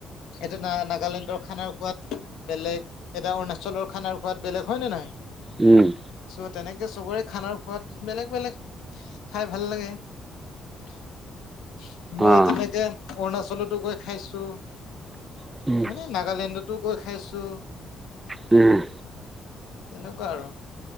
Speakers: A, on the left (about 80°); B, on the right (about 20°).
A: সেইটো না নাগালেণ্ডৰ খানাৰ সোৱাদ বেলেগ, এতিয়া অৰুণাচলৰ খানাৰ সোৱাদ বেলেগ হয় নে নাই।
B: উম।
A: চ' তেনেকে চবৰে খানাৰ সোৱাদ বেলেগ-বেলেগ, খাই ভাল লাগে। <unintelligible> মই
B: অঁ
A: তেনেকে অৰুণাচলতো গৈ খাইছোঁ।
B: উম।
A: মানে নাগালেণ্ডতো গৈ খাইছোঁ।
B: উম
A: তেনেকুৱা আৰু